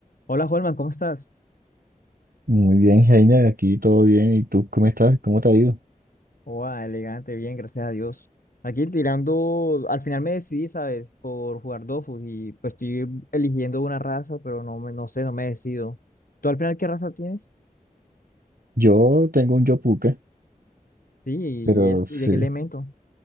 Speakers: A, on the left; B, on the right.
A: Hola, Holman, ¿cómo estás?
B: Muy bien, Heiner, aquí todo bien. ¿Y tú cómo estás? ¿Cómo te ha ido?
A: Hola, elegante, bien, gracias a Dios. Aquí tirando, al final me decidí, ¿sabes? Por jugar Dofus y pues estoy eligiendo una raza, pero no me, no sé, no me decido. ¿Tú al final qué raza tienes?
B: Yo tengo un yopuque,
A: Sí, y
B: pero
A: es,
B: sí,
A: ¿y de qué elemento?